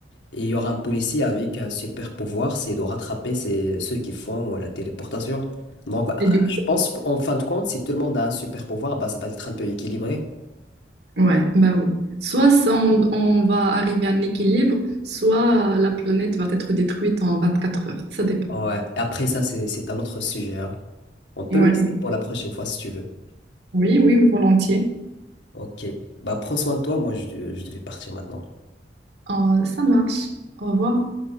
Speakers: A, on the left; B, on the right.
A: Et il y aura un policier avec un super pouvoir, c'est de rattraper ces- ceux qui font la téléportation. Donc, ah,
B: et du
A: je pense en fin de compte, si tout le monde a un super pouvoir, bah, ça va être un peu équilibré.
B: coup, ouais, ben oui. Soit ça, on, on va arriver à un équilibre, soit la planète va être détruite en 24 heures. Ça dépend.
A: Ouais. Après ça, c'est c'est un autre sujet. hein. On peut
B: Ouais.
A: le laisser pour la prochaine fois si tu veux.
B: Oui, oui, volontiers.
A: Ok. Bah, prends soin de toi. Moi, je, je devais partir maintenant.
B: Euh, ça marche. Au revoir.